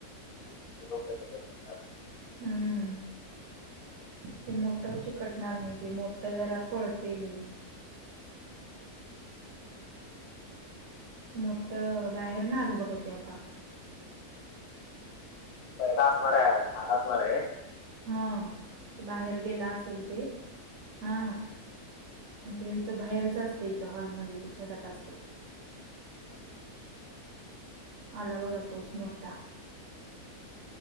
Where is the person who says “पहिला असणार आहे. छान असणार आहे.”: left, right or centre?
Left